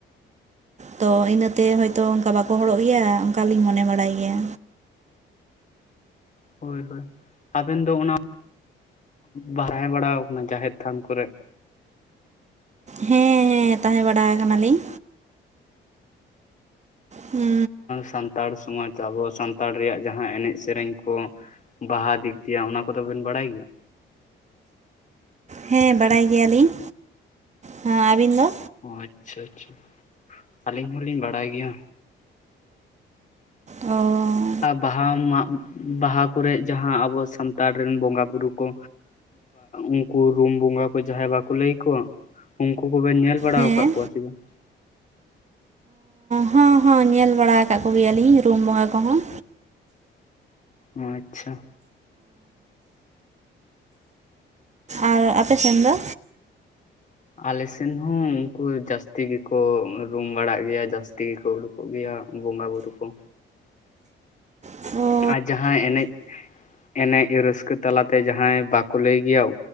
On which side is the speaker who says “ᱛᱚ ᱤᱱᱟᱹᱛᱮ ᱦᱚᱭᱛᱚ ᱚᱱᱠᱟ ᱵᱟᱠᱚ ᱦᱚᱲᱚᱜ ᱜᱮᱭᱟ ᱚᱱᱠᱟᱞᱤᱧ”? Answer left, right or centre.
Right